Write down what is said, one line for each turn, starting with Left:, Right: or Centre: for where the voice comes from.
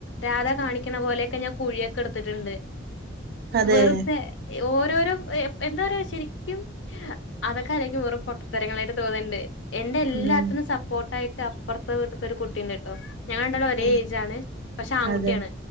Left: രാധ കാണിക്ക ക്കണ പോലെയൊക്ക ഞാൻ കുഴിയൊക്കെ എടുത്തിട്ടുണ്ട്
Right: അതെ
Left: വെറുതെ ഓരോരോ എന്താ പറയാ ശരിക്കും അതൊക്കെ അലക്കും വെറും പൊട്ടത്തരങ്ങളായിട്ട് തോന്നണ്ട് എന്റെറെ എല്ലാത്തിനും
Right: ഉം
Left: സപ്പോർട്ട് ട്ടായിട്ട് അപ്പറത്തെ വീട്ടത്തെ ഒരു കുട്ടീണ്ട്ട്ടോ ഞങ്ങൾ രണ്ടാളും ഒരേ
Right: ആഹ്
Left: ഏജാണ് പക്ഷെ ആൺകുട്ടിയാണ്
Right: അതെ